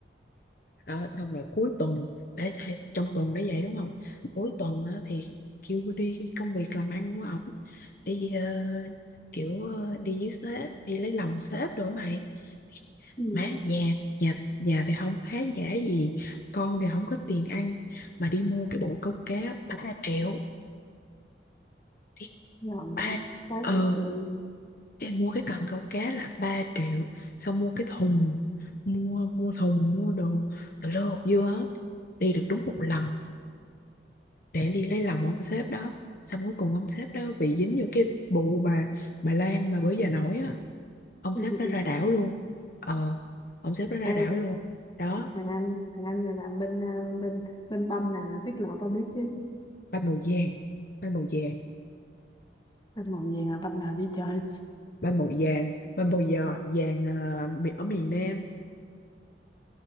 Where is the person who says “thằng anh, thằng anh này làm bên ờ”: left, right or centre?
Left